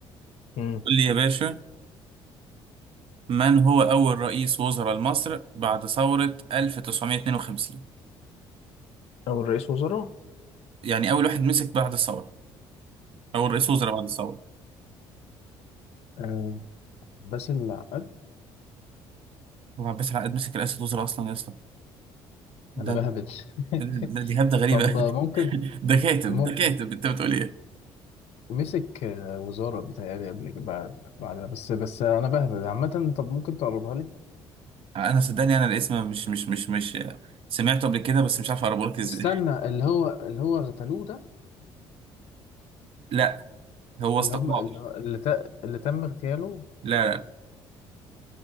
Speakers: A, on the left (about 65°); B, on the right (about 50°).
A: امم
B: قول لي يا باشا من هو أول رئيس وزراء لمصر بعد ثورة 1952
A: او الرئيس وزراء
B: يعني أول واحد مسك بعد الثورة أول رئيس وزراء بعد الثورة
A: آه، بس العقد
B: هو عباس العقاد مسك رئاسة وزراء أصلا يا اسطى ده
A: انا بهبد
B: ده دي
A: <laughs>
B: هبدة غريبة
A: طب
B: <laughs>
A: ممكن
B: ده كاتب
A: مم...
B: ده كاتب أنت بتقول إيه
A: مسك آه، وزارة بتهيألي قبل كده بعد بعدها بس بس انا بهبد عامة طب ممكن تقربها لي
B: أنا صدقني أنا الاسم مش مش مش مش سمعته قبل كده بس مش عارف أقربه لك إزاي
A: استنى اللي هو اللي هو اغتالوه ده
B: <laughs> لا هو
A: اللي
B: استقال
A: هم اللي اللي, ت... اللي تم اغتياله
B: لا لا